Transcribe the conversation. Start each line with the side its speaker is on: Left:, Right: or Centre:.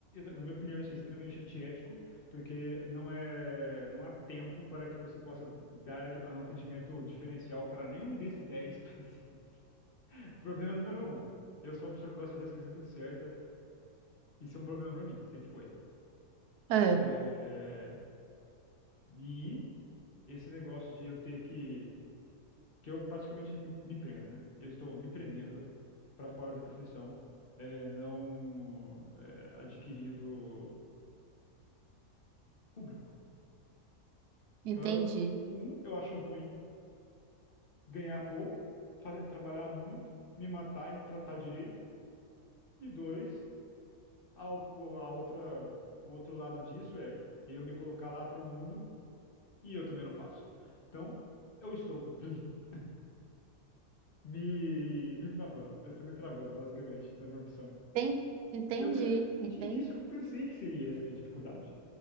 Left: na minha opinião, isso é extremamente antiético, porque não é, não há tempo para que você possa dar um atendimento diferencial para nenhum desses 10 pacientes. <laughs> Problema número um. Eu sou uma pessoa que gosta de fazer as coisas muito certas. Isso é um problema para mim, sempre foi.
Right: Ah,
Left: É, é, e esse negócio de eu ter que, que eu praticamente me, me prendo, né? Eu estou me prendendo para fora da profissão, é, não é, adquirindo público.
Right: entendi.
Left: Então, eu- um, eu acho ruim ganhar pouco, fa- trabalhar muito, me matar e não tratar direito. E dois, a, o- a outra, o outro lado disso é eu me colocar lá para o mundo e eu também não faço. Então, eu estou <laughs> me, me travando, eu estou me travando, basicamente, na profissão.
Right: Enten- Entendi,
Left: Eu nem, nem
Right: entendi.
Left: tinha início, eu não pensei que seria essa a minha dificuldade.